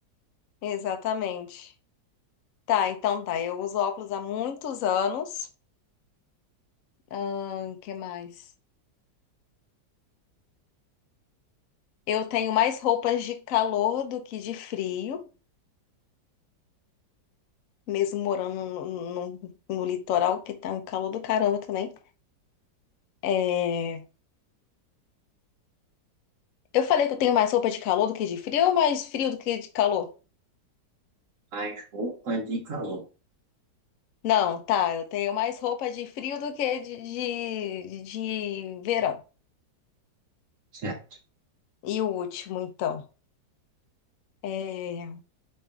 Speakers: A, on the left (about 60°); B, on the right (about 50°).
A: exatamente. Tá, então tá. Eu uso óculos há muitos anos. Ahn, que mais? Eu tenho mais roupas de calor do que de frio, mesmo morando no, no, no litoral, que tá um calor do caramba também. É. Eu falei que eu tenho mais roupa de calor do que de frio ou mais frio do que de calor?
B: Mas roupa de calor.
A: Não, tá, eu tenho mais roupa de frio do que de, de, de verão.
B: Certo.
A: E o último, então. É,